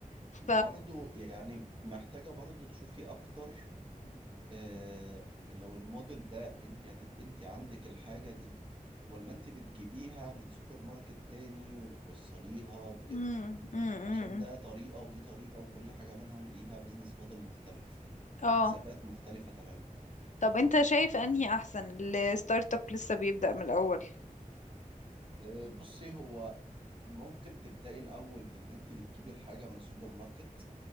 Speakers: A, on the left; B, on the right.
A: ف
B: وبرضه يعني محتاجه برضه تشوفي اكتر آه لو الموديل ده انت هتبقى انت عندك الحاجة دي ولا انت بتجيبيها من سوبر ماركت تاني وبتوصليها وكده
A: مم، مم،
B: عشان
A: مم.
B: ده طريقة ودي طريقة وكل حاجة منهم ليها بزنس موديل مختلف
A: اه
B: وحسابات مختلفة تماما
A: طب انت شايف انهي احسن الستارت اب لسه بيبدأ من الاول
B: آه بصي هو ممكن تبدأي الأول بإن انت بتجيبي الحاجة من سوبر ماركت